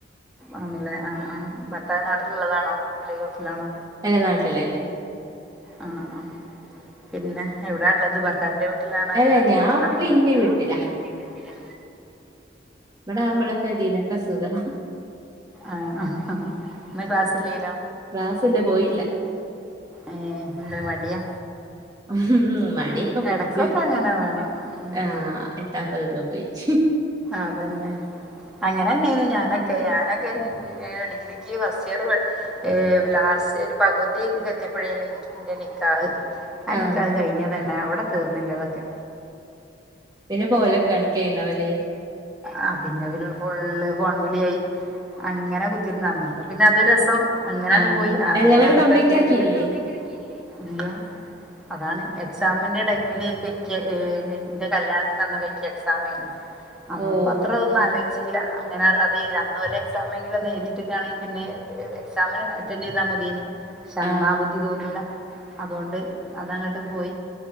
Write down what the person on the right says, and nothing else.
അല്ല നാട്ടിലന്നെ
അല്ല
ഞാൻ
ഇപ്പ
ഇന്റെ
വീട്ടിലാ
ഇപ്പടാവു മ്പളെക്കെ ദിനക്കെസുഖം
ക്ലാസ് ണ്ട് പോയില്ല
ഉം മടിയെക്കെപുട്ച്ച്
ആഹ് എത്താപ്പോ ക്കെ പോയിട്ട്
ആഹ്
പിന്നെ പോലൊക്കെ കണക്കായി ണ്ടാവുല്ലേ
ആഹ്
അല്ല ഇങ്ങട്ട്
കംപ്ലീറ്റ്
ആക്കിയില്ലേ
ഓഹ്
ആഹ്
ആഹ്